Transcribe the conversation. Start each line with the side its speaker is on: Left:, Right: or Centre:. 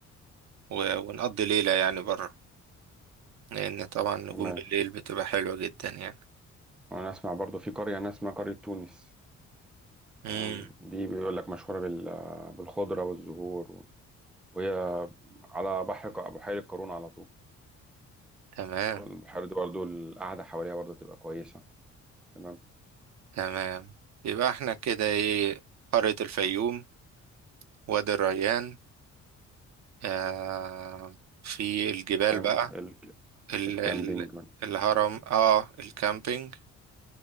Right: و... ونقضي ليلة يعني برا لأن طبعا نجوم
Centre: تمام
Right: بالليل بتبقى حلوة جدا يعني
Centre: وأنا أسمع برضه في قرية أنا أسمع قرية تونس
Right: مم.
Centre: تمام دي بيقول لك مشهورة بال- بالخضرة والزهور و- وهي على بحر ق- بحيرة قارون على طول
Right: تمام
Centre: فالبحيرة دي برضو القعدة حواليها برضو تبقى كويسة تمام
Right: تمام يبقى احنا كده ايه قرية الفيوم وادي الريان آه في الجبال
Centre: كام
Right: بقى
Centre: ال-
Right: ال...
Centre: الكامبينج
Right: ال...
Centre: والحاجات
Right: الهرم
Centre: يعني.
Right: اه الكامبينج